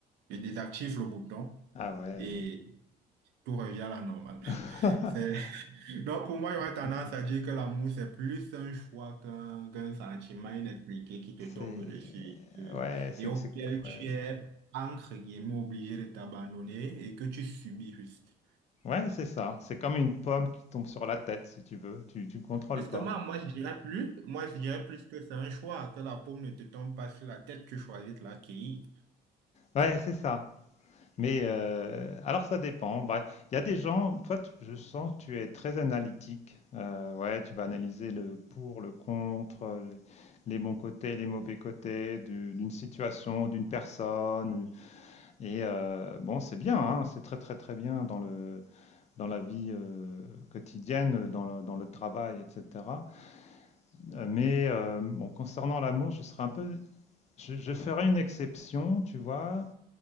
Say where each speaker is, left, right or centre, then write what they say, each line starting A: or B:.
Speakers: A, on the right; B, on the left.
A: je désactive le bouton
B: Ah ouais.
A: et tout revient à la normale. <laughs>
B: <laughs>
A: C'est... Donc, pour moi, j'aurais
B: Mmh
A: tendance à dire que l'amour, c'est plus un choix qu'un qu'un sentiment inexpliqué qui te
B: C'est
A: tombe dessus euh,
B: ouais, c'est
A: et auquel
B: c'est
A: tu
B: ouais,
A: es,
B: c'est
A: entre guillemets, obligé de t'abandonner et que tu subis juste.
B: ouais, c'est ça. C'est comme une pomme qui tombe sur la tête si tu veux, tu tu contrôles
A: Justement,
B: pas.
A: moi, je dirais plus, moi, je dirais plus que c'est un choix, que la paume ne te tombe pas sur la tête, tu choisis de l'accueillir.
B: Ouais, c'est ça. Mais euh, alors ça dépend. Bah, Il y a des gens, toi tu- je sens que tu es très analytique. Euh, ouais, tu vas analyser le pour, le contre, les, les bons côtés, les mauvais côtés du- d'une situation, d'une personne. Et euh, bon, c'est bien, hein, c'est très très très bien dans le, dans la vie euh, quotidienne, dans le, dans le travail, etc. Euh, mais euh, bon, concernant l'amour, je serais un peu, je, je ferais une exception, tu vois,